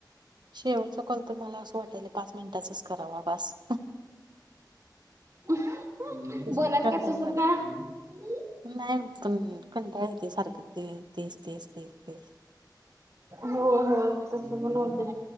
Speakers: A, on the right (about 70°); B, on the right (about 45°).
A: शेवटचा कॉल तर म्हाला असं वाटाल पाच मिनिटाचच करावा बास.
B: बोलायचं
A: तेच की कंटाळा
B: काय सुचत
A: आलाय.
B: नाही.
A: नाही पण कंटाळ येत सारखं ते तेच तेच तेच तेच.
B: होय होय तस पण होते.